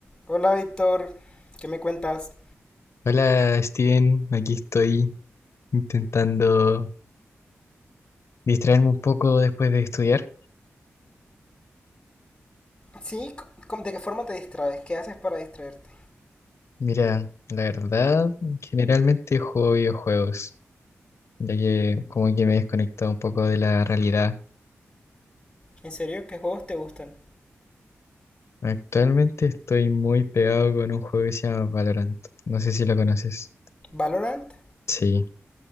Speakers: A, on the left (about 15°); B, on the left (about 65°).
A: Hola Víctor, ¿qué me cuentas?
B: Hola Steven, aquí estoy intentando distraerme un poco después de estudiar.
A: Sí, ¿cómo- ¿de qué forma te distraes? ¿Qué haces para distraerte?
B: Mira, la verdad, generalmente juego videojuegos, ya que como que me he desconectado un poco de la realidad.
A: ¿En serio qué juegos te gustan?
B: Actualmente estoy muy pegado con un juego que se llama Valorant. No sé si lo conoces.
A: ¿Valorant?
B: Sí,